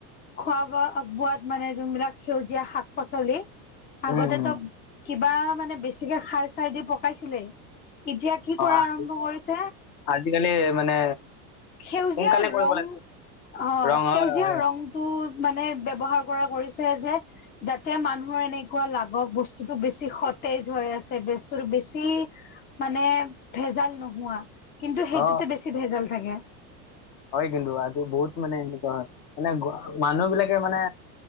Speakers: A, on the left; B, on the left.
A: খোৱা ব বোৱাত মানে যোনবিলাক সেউজীয়া শাক-পাচলি।
B: উম
A: আগতে
B: উম
A: তো কিবা মানে বেছিকে খাৰ চাৰ দি পকাইছিলে। এতিয়া কি
B: অ
A: কৰা
B: আ-
A: আৰম্ভ কৰিছে।
B: আজিকালি মানে।
A: সেউজীয়াৰ
B: সোনকালে কৰিব
A: ৰং
B: লাগে
A: অ'
B: ৰং হয়
A: সেউজীয়া
B: হয়।
A: ৰংটো মানে ব্যৱহাৰ কৰ কৰি যে যাতে মানুহৰ এনেকুৱা লাগক বস্তুতো বেছি সতেজ হৈ আছে। বস্তু বেছি মানে ভেজাল নোহোৱা। কিন্তু সেইটোতে
B: অ
A: বেছি ভেজাল থাকে।
B: হয় কিন্তু আজি বহুত মানে এনেকুৱা হয় মানে মানুহ বিলাকে মানে।